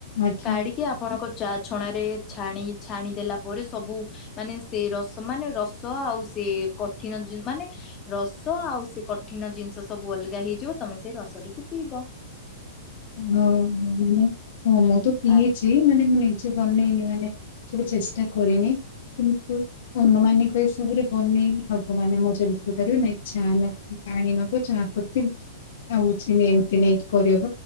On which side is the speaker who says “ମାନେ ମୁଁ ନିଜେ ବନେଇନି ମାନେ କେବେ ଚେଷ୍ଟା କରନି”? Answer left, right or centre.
Left